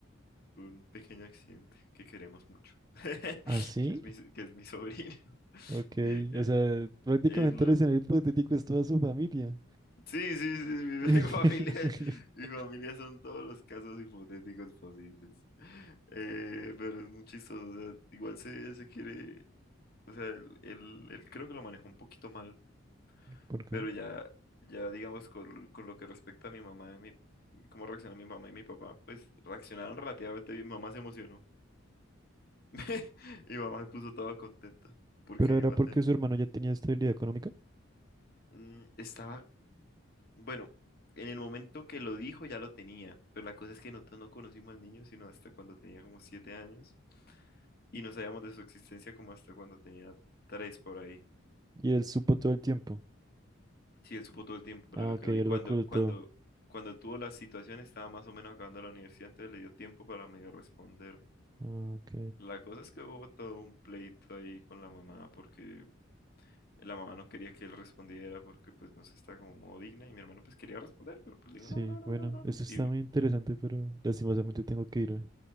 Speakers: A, on the left; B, on the right.
A: un pequeño accidente que queremos mucho, <laughs>
B: ¿Ah, sí?
A: que es mi, que es mi sobrino. <laughs>
B: Ok,
A: Eh,
B: o sea, prácticamente
A: él,
B: el escenario hipotético es toda su familia.
A: Sí, sí, sí, mi,
B: <laughs>
A: <laughs> mi familia, mi familia son todos los casos hipotéticos posibles. Eh, pero es muy chistoso, o sea, igual se, se quiere, o sea, él, él- él creo que lo manejó un poquito mal,
B: ¿Por qué?
A: pero ya, ya digamos, con, con lo que respecta a mi mamá y mi, cómo reaccionaron mi mamá y mi papá, pues reaccionaron relativamente bien, mi mamá se emocionó, <laughs> y mi mamá se puso toda contenta, porque
B: Pero
A: iba
B: era porque
A: a tener,
B: su hermano ya tenía estabilidad económica
A: mm, estaba Bueno, en el momento que lo dijo ya lo tenía, pero la cosa es que nosotros no conocimos al niño sino hasta cuando tenía como siete años y no sabíamos de su existencia como hasta cuando tenía tres por ahí.
B: y él supo todo el tiempo.
A: Sí, él supo todo el tiempo, pero
B: Ah,
A: lo
B: ok,
A: que hoy
B: él
A: cuando,
B: lo ocultó.
A: cuando, cuando tuvo la situación estaba más o menos acabando la universidad, entonces le dio tiempo para medio responder.
B: Ah, ok.
A: La cosa es que hubo todo un pleito ahí con la mamá porque la mamá no quería que él respondiera porque pues no se está como modo digna y mi hermano pues quería responder, pero pues le
B: Sí,
A: dijo no, no, no,
B: bueno,
A: no, no.
B: eso
A: no".
B: está
A: Y
B: muy interesante, pero lastimosamente tengo que irme,